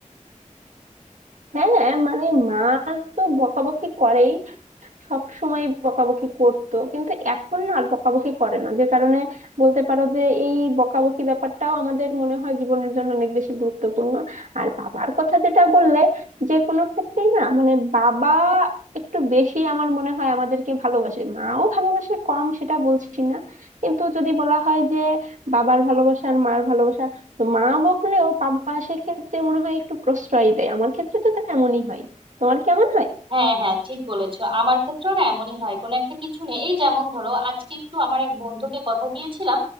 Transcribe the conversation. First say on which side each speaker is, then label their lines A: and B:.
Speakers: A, on the right; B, on the right.
A: হ্যাঁ মানে মা তো বকাবকি করেই সব সময় বকাবকি করতো কিন্তু এখন না আর বকাবকি করে না যে কারণে বলতে পারো যে এই বকাবকি ব্যাপারটাও আমাদের মনে হয় জীবনের জন্য অনেক বেশি গুরুত্বপূর্ণ আর বাবার কথা যেটা বললে যে কোনো ক্ষেত্রেই না মানে বাবা একটু বেশি আমার মনে হয় আমাদেরকে ভালোবাসে মাও ভালোবাসে কম সেটা বলছি না কিন্তু যদি বলা হয় যে বাবার ভালোবাসা আর মার ভালোবাসা তো মা বকলেও বাবা সেক্ষেত্রে মনে হয় একটু প্রশ্রয় দেয় আমার ক্ষেত্রে তো তেমনই হয় তোমার কেমন হয়
B: হ্যাঁ হ্যাঁ ঠিক বলেছো আমার ক্ষেত্রেও না এমনই হয় কোনো একটা কিছু নেই এই যেমন ধরো আজকে একটু আমার এক বন্ধুকে কথা দিয়েছিলাম